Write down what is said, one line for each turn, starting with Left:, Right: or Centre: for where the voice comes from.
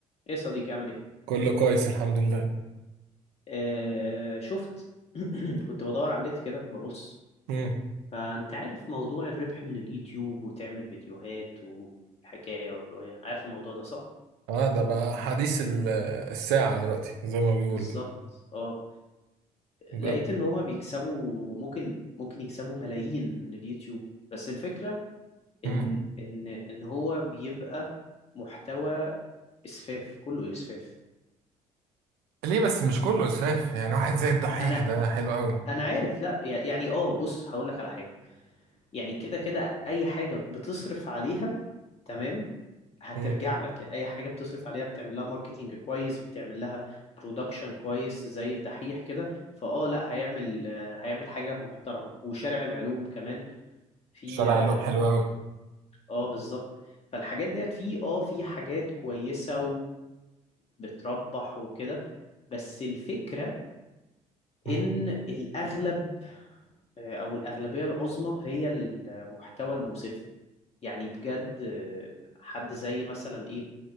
Left: ايه يا صديقي عامل ايه
Right: كله كويس الحمد لله
Left: آه شفت <clears throat> كنت بدور على النت كده ببص
Right: امم
Left: فانت عارف موضوع الربح من اليوتيوب وتعمل فيديوهات والحكاية والرواية عارف الموضوع ده صح
Right: اه ده بقى حديث ال- الساعة دلوقتي زي ما بيقولوا
Left: بالظبط
Right: كده
Left: اه
Right: بجد
Left: لقيت ان هما بيكسبوا ممكن ممكن يكسبوا ملايين من اليوتيوب بس الفكرة ان
Right: مم.
Left: ان ان هو بيبقى محتوى اسفاف كله اسفاف
Right: ليه بس مش كله اسفاف يعني واحد زي الدحيح
Left: انا
Right: ده حلو قوي
Left: انا عارف لا يعني اه بص هقول لك على حاجة يعني كده كده اي حاجة بتصرف عليها تمام هترجع
Right: امم
Left: لك يعني اي حاجه بتصرف عليها بتعمل لها ماركتينج كويس بتعمل لها برودكشن كويس زي الدحيح كده فاه لا هيعمل آه، هيعمل حاجه محترمه وشارع العلوم كمان في
Right: الشارع
Left: اه
Right: قال لهم حلو قوي
Left: آه، بالظبط فالحاجات ديت في اه في حاجات كويسه وبتربح وكده بس الفكره
Right: مم.
Left: ان الاغلب آه، او الاغلبيه العظمى هي المحتوى المسف يعني بجد آه، حد زي مثلا ايه